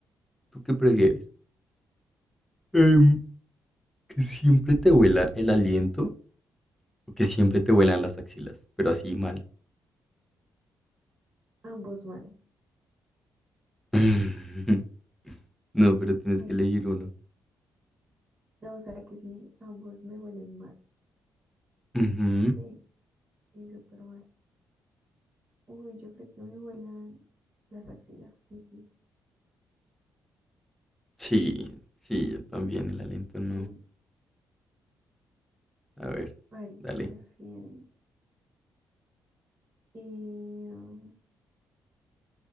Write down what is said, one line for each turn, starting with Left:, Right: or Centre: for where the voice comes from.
Centre: ¿Tú qué prefieres? Em, que siempre te huela el aliento o que siempre te huelan las axilas, pero así mal.
Right: Ambos mal.
Centre: <laughs> No, pero tienes
Right: Eh,
Centre: que elegir uno.
Right: no, o sea que sí, ambos me huelen mal.
Centre: Ujú.
Right: Sí, sí, súper mal. Uy, yo creo que me huelan las axilas. Sí, sí,
Centre: Sí, sí, yo también el aliento no.
Right: sí.
Centre: A ver,
Right: A ver,
Centre: dale.
Right: ¿qué prefieres? Eh,